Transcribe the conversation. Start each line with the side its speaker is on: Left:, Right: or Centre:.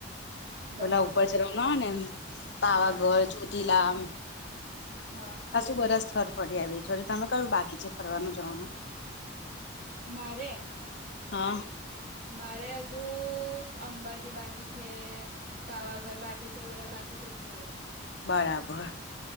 Left: પેલા
Right: બરાબર
Left: ઉપર ચાલવાનું હોય ને એમ પાવાગઢ
Right: હા
Left: ચોતીલામ
Right: હા
Left: ખાસું બધા સ્થળ ફરી આવી છે તમે કયું બાકી છે ફરવાનું જવાનું
Right: મારે
Left: હા
Right: મારે હજુ અંબાજી બાકી છે પાવાગઢ બાકી કે છે વરા બાકી છે સ્થરો
Left: બરાબર